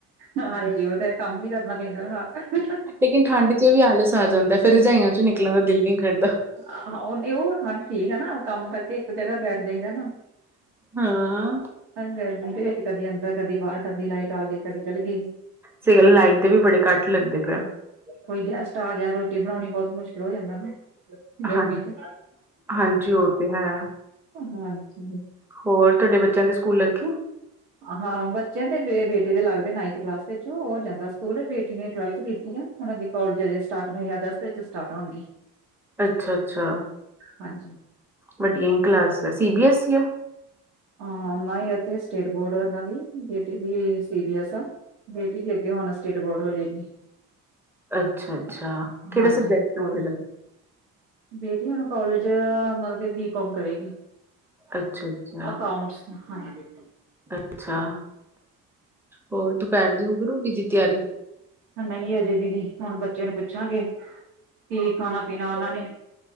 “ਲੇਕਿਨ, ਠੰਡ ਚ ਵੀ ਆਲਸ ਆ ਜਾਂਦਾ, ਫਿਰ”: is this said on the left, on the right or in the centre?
Centre